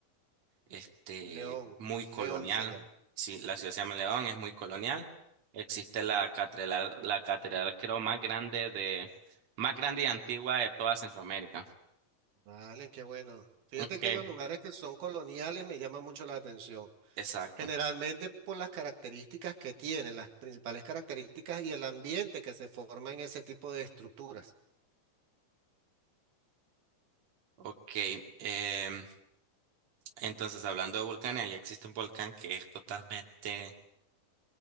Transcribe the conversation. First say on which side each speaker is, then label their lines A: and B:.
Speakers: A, on the right; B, on the right.
A: este,
B: León,
A: muy colonial.
B: León se llama.
A: Sí, la ciudad se llama León, es muy colonial. Existe la catedral, la catedral creo más grande de, más grande y antigua de toda Centroamérica.
B: Vale, qué bueno. Fíjate
A: Ok,
B: que los lugares que son coloniales me llaman mucho la atención,
A: exacto.
B: generalmente por las características que tienen, las principales características y el ambiente que se forma en ese tipo de estructuras.
A: Ok, em, entonces hablando de volcanes, ahí existe un volcán que es totalmente